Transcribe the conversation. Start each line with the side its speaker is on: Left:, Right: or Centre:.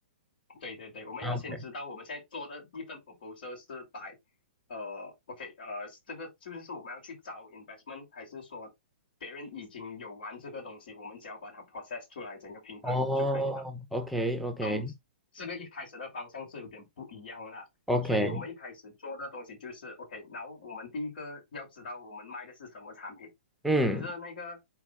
Left: 对对对，我们要先知道我们现在做的一份
Centre: ，OK，
Left: proposal 是摆，呃，OK，呃，这个就是我们要去找 investment，还是说别人已经有玩这个东西，我们只要把它 process 出来整个平台就可以了。
Centre: 哦，OK OK
Left: 都这个一开始的方向是有点不一样啦。
Centre: OK，
Left: 所以我们一开始做的东西就是 OK，然后我们第一个要知道我们卖的是什么产品，
Centre: 嗯
Left: 就是那个